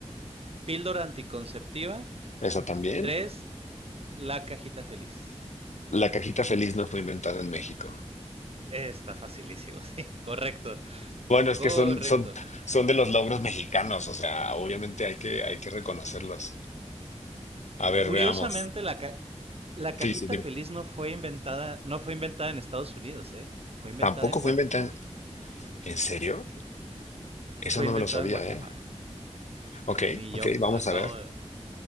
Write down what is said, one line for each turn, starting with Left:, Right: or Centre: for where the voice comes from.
Right: Píldora anticonceptiva.
Left: Esa también.
Right: Tres, La cajita feliz.
Left: La cajita feliz no fue inventada en México.
Right: Está facilísimo, <laughs> sí, correcto,
Left: Bueno, es
Right: correcto.
Left: que son, son, son de los logros mexicanos, o sea, obviamente hay que,
Right: Sí.
Left: hay que reconocerlos. A ver,
Right: Curiosamente,
Left: veamos.
Right: la, ca- la cajita
Left: Sí, sí, dime.
Right: feliz no fue inventada, no fue inventada en Estados Unidos, ¿eh? Fue inventada
Left: Tampoco
Right: en
Left: fue
Right: Guatemala.
Left: inventada. ¿En ¿En serio?
Right: Sí. Eh,
Left: Eso
Right: Fue
Left: no
Right: inventada
Left: me lo sabía,
Right: en Guatemala.
Left: ¿eh? Ok,
Right: Ni
Left: ok,
Right: yo,
Left: vamos
Right: la acabo
Left: a ver.
Right: de.